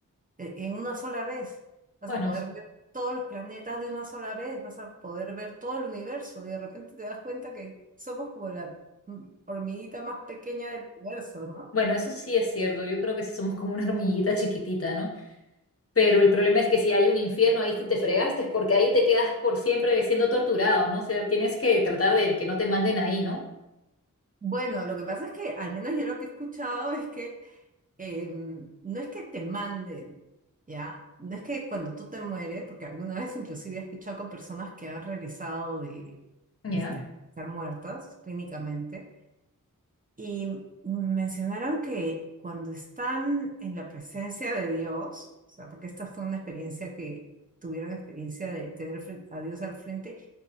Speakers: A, on the right; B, on the left.
A: eh, en una sola vez. Vas
B: Bueno,
A: a poder
B: s-
A: ver todos los planetas de una sola vez, vas a poder ver todo el universo y de repente te das cuenta que somos como la mm, hormiguita más pequeña del universo, ¿no?
B: bueno, eso sí es cierto. Yo creo que sí somos como una hormiguita chiquitita, ¿no? Pero el problema es que si hay un infierno, ahí sí te fregaste, porque ahí te quedas por siempre siendo torturado, ¿no? O sea, tienes que tratar de que no te manden ahí, ¿no?
A: Bueno, lo que pasa es que al menos yo lo que he escuchado es que eh, no es que te manden, ¿ya? No es que cuando tú te mueres, porque alguna vez inclusive he escuchado con personas que han regresado de, de
B: Ya.
A: este- estar muertas clínicamente, y mencionaron que cuando están en la presencia de Dios, o sea, porque esta fue una experiencia que tuvieron la experiencia de tener fre- a Dios al frente,